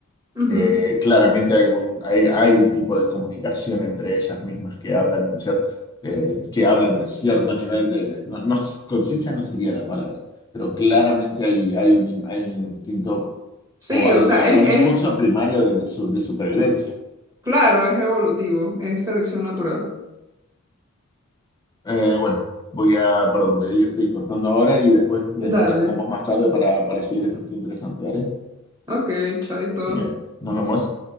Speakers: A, on the right; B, on the left.
A: ujú.
B: Eh, claramente hay un, hay, hay un tipo de comunicación entre ellas mismas que hablan de un cierto, que hablan de cierto nivel de, no, no, conciencia no sería la palabra, pero claramente hay, hay un, in- hay un instinto
A: Sí,
B: o algo,
A: o sea, es,
B: un
A: es,
B: impulso primario de, de su- de supervivencia.
A: claro, es evolutivo, es selección natural.
B: Eh, bueno, voy a, perdón, voy a irte cortando ahora y después me
A: Dale.
B: comunico con vos más tarde para, para seguir este tema interesante, ¿vale?
A: Ok, chaito.
B: Genial. Nos vemos.